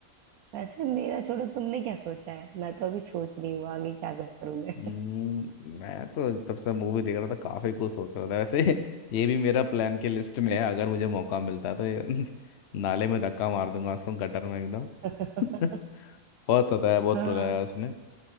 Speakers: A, on the right; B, on the left.
A: वैसे मेरा छोड़ो तुमने क्या सोचा है मैं तो अभी सोच रही हूँ आगे क्या करूँ मैं
B: हम्म, मैं तो तब से मूवी देख रहा था काफी कुछ सोच रहा था वैसे <laughs> ये भी मेरा प्लान की लिस्ट में है अगर मुझे मौका मिलता तो ये <laughs> नाले में धक्का मार दूंगा उसको गटर में एकदम
A: <laughs>
B: <laughs> बहुत सताया बहुत
A: हाँ
B: रुलाया उसने